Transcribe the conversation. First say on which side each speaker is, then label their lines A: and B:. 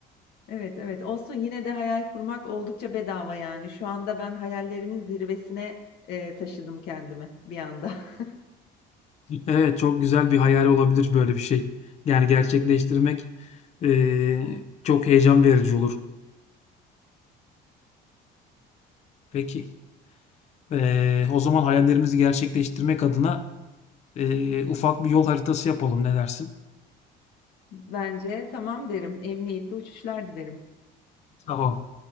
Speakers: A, on the left; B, on the left.
A: evet, evet. Olsun yine de hayal kurmak oldukça bedava yani. Şu anda ben hayallerimin zirvesine e, taşıdım kendimi bir anda. <laughs>
B: Evet, çok güzel bir hayal olabilir böyle bir şey. Yani gerçekleştirmek, eee, çok heyecan verici olur. Peki, eee, o zaman hayallerimizi gerçekleştirmek adına, eee, ufak bir yol haritası yapalım, ne dersin?
A: Bence tamam derim. Emniyetli uçuşlar dilerim.
B: Tamam.